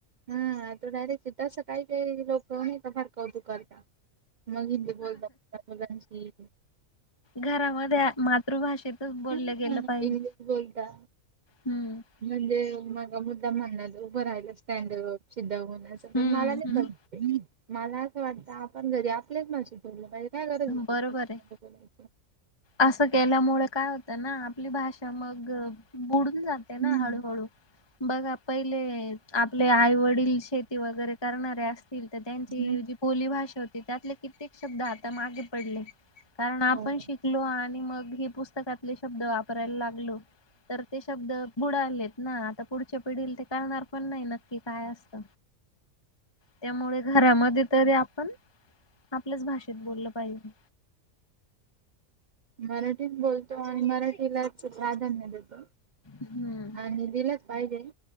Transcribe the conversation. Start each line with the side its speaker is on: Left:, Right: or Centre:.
Right: हा तो डायरेक्ट सिद्ध असं काही काही लोक नाही फार कवतु करता. मग हिी बोलतात मुांची
Left: घरामध्ये मातृभाषेतच बोललं
Right: हा,
Left: गेलं पाहिजे.
Right: इंग्लिश बोलता.
Left: हम्म.
Right: म्हणजे मग मुद्दा म्हणण उभं राहायला स्टँडप सिद्धा होन असं पण
Left: हम्म
Right: मला नाही.
Left: हम्म
Right: मला असं वाटतं आपण घरी आपलेच माशी ठवलं पाहिजे. काय गरज होती
Left: बरोबर आहे.
Right: बोलायची.
Left: असं केल्यामुळे काय होतं ना आपली भाषा मग बुड जाते ना
Right: हम्म
Left: हळूहळू बघ. पहिले आपले आई वडील शेती वगैरे करणारे असतील तर त्यांची
Right: हम्म
Left: बोली भाषा होती त्यातले कित्येक शब्द आता मागे पडले. कारण आपण
Right: हो.
Left: शिकलो आणि मग हे पुस्तकातले शब्द वापरायला लागलो. तर ते शब्द बुडालेत ना आता पुढच्या पिढीला ते काढणार. पण नाही नक्की काय असत. त्यामुळे घरामध्ये तरी आपण आपल्याच भाषेत बोललं पाहिजे.
Right: मराठीत बोलतो आणि मराठीलाच प्राधान्य देतो.
Left: हम्म.
Right: आणि दिलंच पाहिजे.